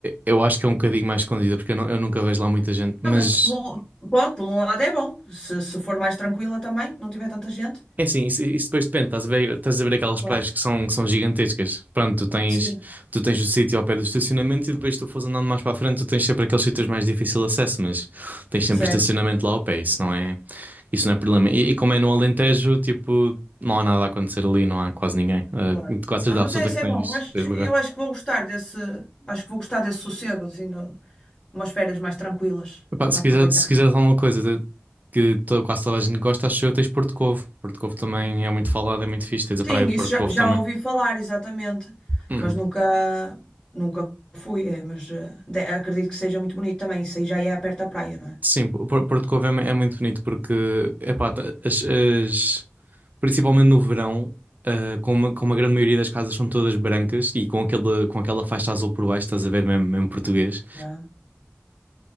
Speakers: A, on the right (about 40°); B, on the left (about 15°).
A: eu acho que é um bocadinho mais escondida, porque eu, nu- eu nunca vejo lá muita gente. Mas
B: Ah, mas pelo, pronto, por um lado é bom. Se, se for mais tranquila também, não tiver tanta gente.
A: é assim, isso, isso depois depende. Estás a ver, estás a ver aquelas
B: Claro.
A: praias que são, que são gigantescas. Pronto, tu tens,
B: Sim,
A: tu tens o sítio ao pé do estacionamento e depois tu fores andando mais para a frente, tu tens sempre aqueles sítios mais difícil de acesso, mas tens sempre
B: certo.
A: o estacionamento lá ao pé. Isso não é, isso não é problema. E, e como é no Alentejo, tipo, não há nada a acontecer ali, não há quase ninguém. Ah,
B: Claro.
A: quase certeza
B: Ah, mas
A: absoluta
B: é, isso
A: que
B: é
A: tens,
B: bom. Eu acho,
A: tens lugar.
B: eu acho que vou gostar desse. Acho que vou gostar desse sossego, assim, de umas férias mais tranquilas
A: Epá,
B: para
A: se
B: aproveitar.
A: quiser, se quiseres alguma coisa de- que to- quase toda a gente gosta, acho eu, tens Porto Covo. Porto Covo também é muito falado, é muito fixe. Tens a praia
B: Sim, isso
A: de Porto
B: já,
A: Covo
B: já
A: também.
B: ouvi falar, exatamente.
A: Uhum.
B: Mas nunca, nunca fui, é, mas eh, de- acredito que seja muito bonito também. Isso aí já é perto da praia, não
A: Sim, P- P- Porto Covo é, é muito bonito porque, epá, ta- as, as- principalmente no verão, ah, como, como a grande maioria das casas são todas brancas e com aquela, com aquela faixa azul por baixo, estás a ver mesmo, mesmo português.
B: é?